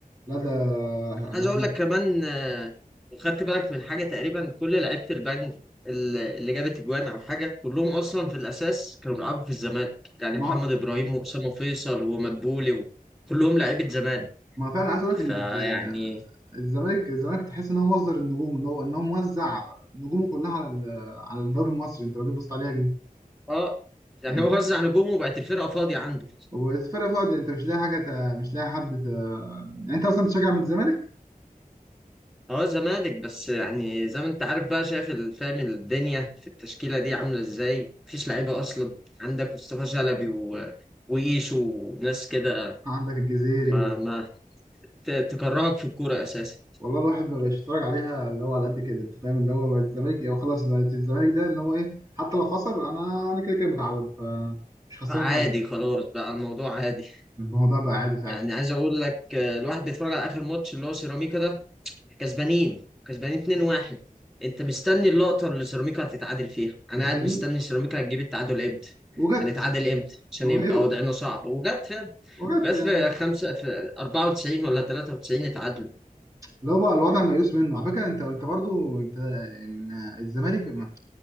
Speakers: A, on the right; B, in the centre.
A: لا ده
B: عايز
A: ده احنا
B: اقول لك كمان آه، خدت بالك من حاجه تقريبا كل لعيبه البنك ال- اللي جابت اجوان او حاجه كلهم اصلا في الاساس كانوا بيلعبوا في الزمالك يعني
A: ما
B: محمد
A: هو-
B: ابراهيم واسامه فيصل ومدبولي كلهم لعيبه زمالك
A: ما هو فعلا عايز اقول
B: فيعني
A: لك ان الز- الزمالك الزمالك تحس ان هو مصدر النجوم ان هو ان هو موزع نجومه كلها على ال- على الدوري المصري انت لو جيت بصيت عليها دي
B: اه يعني
A: انت
B: هو وزع نجومه وبقت الفرقه فاضيه عنده
A: والفرقه فاضيه انت مش لاقي حاجه ت... مش لاقي حد ت... يعني انت اصلا بتشجع من الزمالك
B: اه زمالك بس يعني زي ما انت عارف بقى شايف ال- فاهم الدنيا في التشكيلة دي عاملة ازاي مفيش لعيبة اصلا عندك مصطفى شلبي و... وإيشو وناس كده
A: عندك الجزيري
B: ما ما ت- تكرهك في الكورة اساسا
A: والله الواحد ما بقاش يتفرج عليها اللي هو على قد كده انت فاهم اللي هو بقت الزمالك يعني خلاص بقت الزمالك ده اللي هو ايه حتى لو خسر انا انا كده كده متعود فمش خسران
B: عادي
A: حاجه
B: خلاص بقى الموضوع عادي
A: الموضوع بقى عادي فعلا
B: يعني عايز اقول لك آه، الواحد بيتفرج على اخر ماتش اللي هو سيراميكا ده كسبانين كسبانين 2-1 انت مستني اللقطة اللي سيراميكا هتتعادل فيها انا
A: مستني
B: قاعد مستني سيراميكا هتجيب التعادل امتى
A: وجت
B: هنتعادل امتى عشان
A: وهي
B: يبقى وضعنا صعب وجت
A: وجت
B: بس
A: يعني
B: في خمسة في 94 ولا 93 اتعادلوا
A: اللي هو بقى الوضع ميؤوس منه على فكره انت انت برضو انت الزمالك